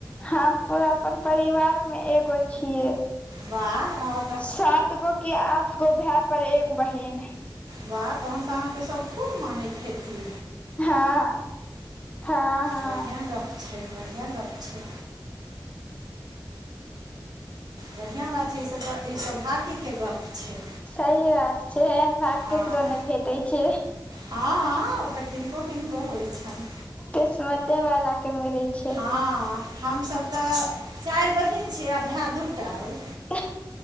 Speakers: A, on the left (about 15°); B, on the right (about 65°).
A: हम पूरा अपन परिवार मे एगो छियै।
B: वाह आहाँ तऽ
A: सात गो कि आठ गो भैऽ पर एक बहिन
B: वाह तहन तऽ अहाँके सब खूब मानैत हेति।
A: हँ हँ हँ
B: बढ़िआँ गप छै बढ़िआँ गप छै बढ़िआँ बात छै ई सब तऽ ई सौभाग्यके गप छै।
A: सही बात छै एहन भाग
B: हँ
A: केकरो नहि भेटै छै
B: हँ ओतऽ किनको-किनको होइ छनि।
A: किस्मते वाला के मिलै छै
B: हँ हमसब तऽ चारि बहिन छीयै आ भैऽ दूटा अई
A: हँ